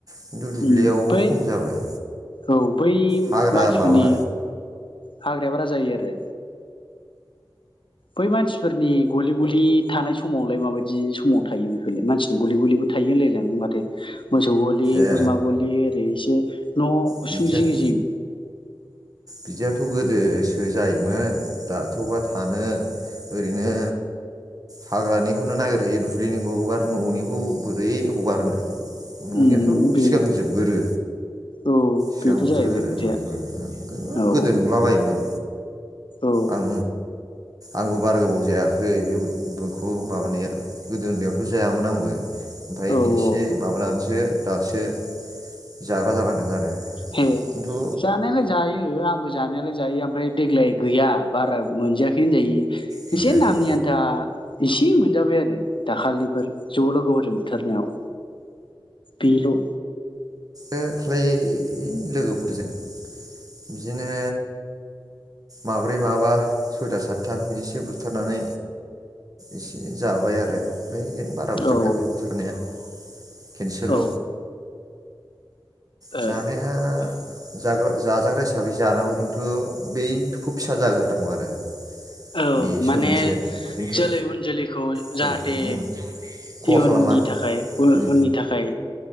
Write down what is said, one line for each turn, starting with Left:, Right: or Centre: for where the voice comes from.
Right: खिन्थु दुब्लियावबो
Left: उम फै
Right: खम जाबाय
Left: औ बै
Right: हाग्रा
Left: मानसिफोरनि
Right: माबा
Left: हाग्राया बारा जायो आरो बै मानसिफोरनि गलि गलि थानाय समावलाय माबायदि समाव थायो बेफोरलाय मानसिनि गलि गलिबो थायो होनलायलाङो माथो। मोसौ गलि
Right: ए
Left: बोरमा गलि ओरै से न'
Right: बिदियाथ'
Left: उसुं जिं जिं
Right: बिदियाथ' गोदोसो जायोमोन दाथ'बा थानो ओरैनो हाग्रानिखौनो नागिरहैयो दुब्लिनिखौब <unintelligible> न'निखौ बोरै हगारनो न'नियाथ'
Left: उम बे
Right: सिगां जोबगोरो
Left: औ
Right: सिगां
Left: बेथ'
Right: बुथारगोरो
Left: जाहैबाय खोथाया
Right: न'निखौ उ गो
Left: औ
Right: गोदो नुलाबायोमोन।
Left: औ
Right: आं आंबो बारा गोबाव जायाखै बे बेखौ माबानाया गोदो उन्दैयावथ' जायामोन आंबो। ओमफाय
Left: औ
Right: एसे
Left: औ
Right: माबानानैसो दासो जाग्रा जालांदों आरो
Left: हे
Right: खिन्थु
Left: जानायालाय जायो आं आंबो जानायालाय जायो ओमफ्राय देग्लाय गैया बारा मोनजायाखै होनजायो।
Right: मोनजायाखै
Left: एसे नामनि आन्था इसे मोनजाबाय आरो दाखालिफोर ज' लोगोफोरजों बुथारनायाव बेल'।
Right: ओ ख्लै लोगोफोरजों बिदिनो माब्रै माबा सयथा सातथा बिदिसो बुथारनानै एसे जाबाय आरो। ओमफ्राय बिदिनो बारा बुथाराखै
Left: औ
Right: बुथारनाया केन्सेल।
Left: औ ओ
Right: जानाया जाग्रा जाजाग्रा हिसाबै जानांगौ खिन्थु बैखौ फिसा जाग्रोहोनांगौ आरो
Left: औ
Right: बेसो
Left: माने
Right: मोनसे खिन्थु
Left: जोलै उन जोलैखौ
Right: खजा
Left: जाहाथे
Right: उम खहा
Left: इयुननि
Right: खालामा
Left: थाखाय उन
Right: उम
Left: उननि थाखाय